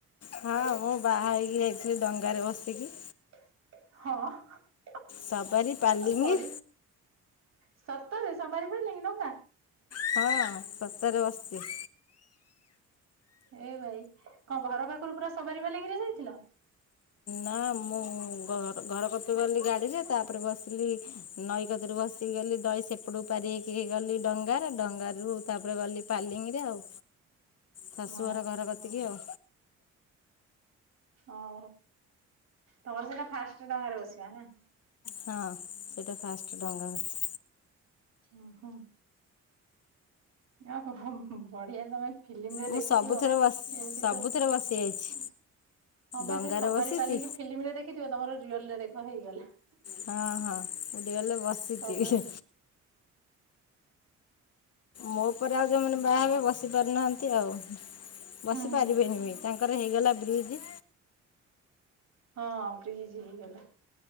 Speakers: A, on the left; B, on the right.
A: ହଁ, ମୁଁ ବାହା ହେଇକି ଯାଇଥିଲି ଡଙ୍ଗାରେ ବସିକି।
B: ହଁ।
A: ସବାରି ପାଲିଙ୍ଗି।
B: ବଢି ସତରେ ସବାରି ପାଲିଙ୍ଗି ଡ଼ଙ୍ଗା?
A: ହଁ ସତରେ ବସିଛି।
B: ଏ ଭାଇ, କଣ ଘର ପାଖରୁ ପୁରା ସବାରି ପାଲିଙ୍ଗିରେ ଯାଇଥିଲ?
A: ନା, ମୁଁ ଘର କତୁରୁ ଗଲି ଗାଡିରେ ତାପରେ ବସିଲି ନଈ କତିରୁ ବସିକି ଗଲି, ନଈ ସେପଟୁ ପାରି ହେଇକି ଗଲି ଡଙ୍ଗାରେ, ଡଙ୍ଗାରୁ ତାପରେ ଗଲି ପାଲିଙ୍ଗିରେ ଆଉ, ଶାଶୁ
B: ହଁ
A: ଘର, ଘର କତିକି ଆଉ।
B: ଓହୋ ତମର ସେଇଟା ଫାଷ୍ଟ ଡଙ୍ଗାରେ ବସିବା ନା?
A: ହଁ, ସେଇଟା ଫାଷ୍ଟ ଡଙ୍ଗା ବସି
B: ଓ ହୋଁ ଆ ବଢିଆ ତମେ ଫିଲ୍ମରେ
A: ମୁଁ
B: ଦେଖିଥିବ
A: ସବୁଥରେ ବସି
B: ଏମିତି
A: ସବୁଥରେ
B: ସବୁ
A: ବସି ଯାଇଛି
B: ହଁ ବା
A: ଡଙ୍ଗାରେ
B: ସେ ସବାରି
A: ବସିଛି
B: ପାଲିକି ଫିଲ୍ମରେ ଦେଖିଥିବ, ତମର ରିଅଲରେ ଦେଖ ହେଇଗଲା?
A: ହଁ ହଁ ପଡିଆଲେ ବସିିଚି
B: ସବାରି
A: ମୋ ଉପରେ ଆଉ ଯୋଉମାନେ ବାହାହେବେ ବସି ପାରୁନାହାନ୍ତି ଆଉ ବସି
B: ହୁଁ
A: ପାରିବେନିବି ତାଙ୍କ ତ ହେଇଗଲା ବ୍ରିଜ୍।
B: ହଁ ବ୍ରିଜ୍ ହେଇଗଲା।